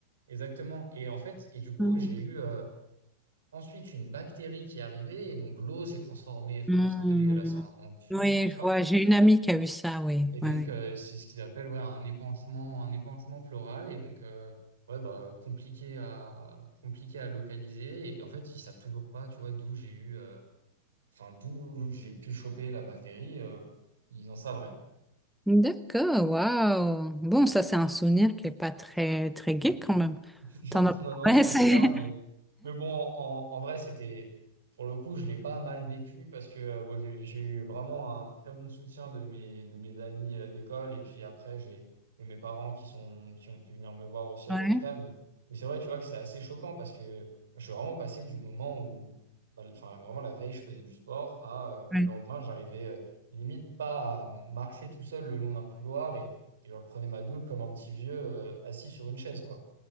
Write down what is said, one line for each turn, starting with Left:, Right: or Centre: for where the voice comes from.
Right: exactement. Et en fait, et du coup,
Centre: Mm.
Right: j'ai eu euh, ensuite une bactérie qui est arrivée, et donc l'eau s'est transformée, enfin,
Centre: Mm.
Right: bref, c'est un peu dégueulasse, hein, en pus,
Centre: Oui,
Right: tout ça.
Centre: je vois. J'ai une amie qui a eu ça, oui.
Right: Et donc,
Centre: Oui, oui.
Right: euh, c'est ce qu'ils appellent ouais, un épanchement, un épanchement pleural. Et donc, euh, ouais, bah, compliqué à, compliqué à localiser. Et en fait, ils savent toujours pas, tu vois, d'où j'ai eu, euh, enfin, d'où j'ai pu choper la bactérie. euh, ils en savent rien.
Centre: Mm. D'accord, waouh. Bon, ça, c'est un souvenir qui est pas très, très gai quand même.
Right: <laughs>
Centre: T'en
Right: Non,
Centre: as...
Right: non, non,
Centre: Ouais,
Right: c'est
Centre: c'est...
Right: clair,
Centre: <laughs>
Right: mais, mais bon, en, en, vrai, c'était, pour le coup, je l'ai pas mal vécu parce que euh, bon, j'ai j'ai eu vraiment un très bon soutien de mes, de mes amis euh, d'école et puis après, j'ai et mes parents qui sont, qui ont pu venir me voir aussi à
Centre: Ouais,
Right: l'hôpital. Mais, mais c'est vrai, tu vois, que c'est assez choquant parce que je suis vraiment passé du moment où, bah, enfin, vraiment la veille, je faisais du sport à euh, le
Centre: ouais.
Right: lendemain, j'arrivais euh, limite pas à marcher tout seul le long d'un couloir et, et genre, je prenais ma douche comme un petit vieux euh, assis sur une chaise, quoi.